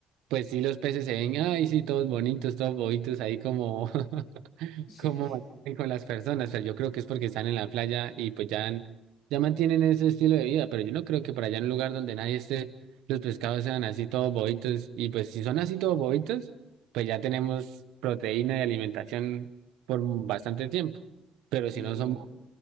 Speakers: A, on the right; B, on the left.
A: pues sí, los peces se ven, ay, sí, todos bonitos, todos bobitos, ahí como <laughs>
B: Sí,
A: cómo mantienen con las personas, pero yo creo que es porque están en la playa y pues ya, ya mantienen ese estilo de vida, pero yo no creo que por allá en un lugar donde nadie esté, los pescados sean así todos bobitos, y pues si son así todos bobitos, pues ya tenemos proteína y alimentación por bastante tiempo, pero
B: sí,
A: si no
B: hermano.
A: son bo-